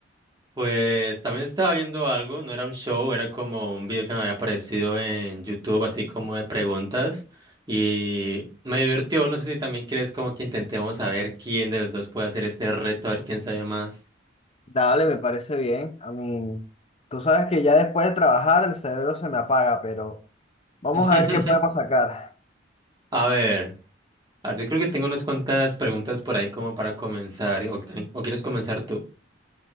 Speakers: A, on the right; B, on the left.
A: Pues también estaba viendo algo, no era un show, era como un video que me había aparecido en YouTube, así como de preguntas, y me divirtió, no sé si también quieres como que intentemos saber quién de los dos puede hacer este reto, a ver quién sabe más.
B: Dale, me parece bien. A mí, tú sabes que ya después de trabajar el cerebro se me apaga, pero vamos
A: <laughs>
B: a ver qué podemos sacar.
A: A ver, a ver, yo creo que tengo unas cuantas preguntas por ahí como para comenzar, o, tan- o quieres comenzar tú.